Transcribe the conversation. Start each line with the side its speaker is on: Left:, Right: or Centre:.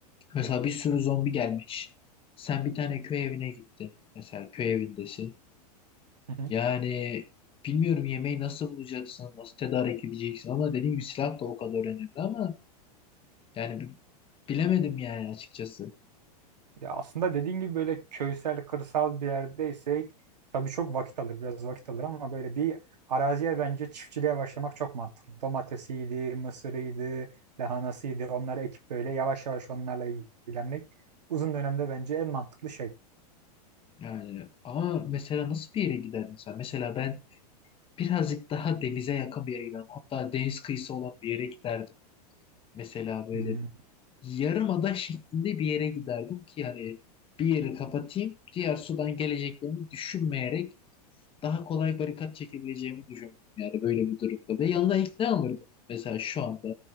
Left: Mesela bir sürü zombi gelmiş. Sen bir tane köy evine gittin. Mesela köy evindesin.
Right: Hı hı.
Left: Yani bilmiyorum yemeği nasıl bulacaksın, nasıl tedarik edeceksin ama dediğim gibi silah da o kadar önemli ama yani bi- bilemedim yani açıkçası.
Right: Ya aslında dediğin gibi böyle köysel, kırsal bir yerdeysek tabii çok vakit alır, biraz vakit alır ama böyle bir araziye bence çiftçiliğe başlamak çok mantıklı. Domatesiydi, mısırıydı, lahanasıydı onları ekip böyle yavaş yavaş onlarla ilgilenmek uzun dönemde bence en mantıklı şey.
Left: Yani ama mesela nasıl bir yere giderdin sen? Mesela ben birazcık daha denize yakın bir yere giderdim. Hatta deniz kıyısı olan bir yere giderdim. Mesela böyle
Right: Hmm,
Left: yarımada şeklinde bir yere giderdim ki hani bir yeri kapatayım, diğer sudan geleceklerini düşünmeyerek daha kolay barikat çekebileceğimi düşündüm yani böyle bir durumda. Ve yanına ilk ne alırdım mesela şu anda?